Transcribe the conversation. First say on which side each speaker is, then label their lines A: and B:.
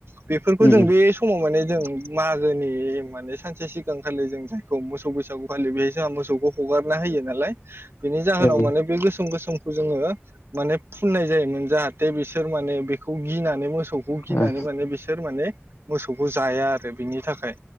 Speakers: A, on the right; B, on the left.
A: बेफोरखौ
B: उम
A: जों बे समाव माने जों उम मागोनि माने सानसे सिगांखालि जों जायखौ मोसौ बैसागु फालियो बेहाय जोंहा मोसौखौ हगारना होयो नालाय बेनि जाहोनाव
B: औ
A: माने बे गोसोम गोसोमखौ जोङो माने फुननाय जायोमोन जाहा थे बिसोर माने बेखौ गिनानै मोसौ सौखौ गिनानै
B: ओ
A: माने बिसोर माने मोसौखौ जाया आरो बिनि थाखाय।